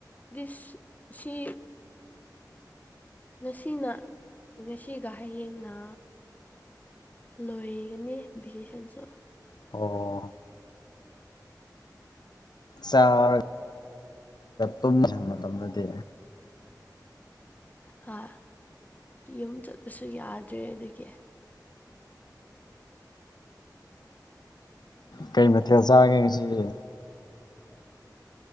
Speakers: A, on the left; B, on the left.
A: ꯗꯤꯁ ꯁꯤ ꯉꯁꯤ ꯁꯤꯅ ꯉꯁꯤꯒ ꯍꯌꯦꯡꯅ ꯂꯣꯏꯒꯅꯤ ꯚꯦꯀꯦꯁꯟꯁꯨ
B: ꯑꯣ ꯆꯥꯔ ꯇꯨꯝꯖꯤꯜ ꯃꯇꯝꯗꯗꯤ
A: ꯍꯥ ꯌꯨꯝ ꯆꯠꯄꯁꯨ ꯌꯥꯗ꯭ꯔꯦ ꯑꯗꯨꯒꯤ
B: ꯀꯩ ꯃꯊꯦꯜ ꯆꯥꯒꯦ ꯉꯁꯤꯗꯤ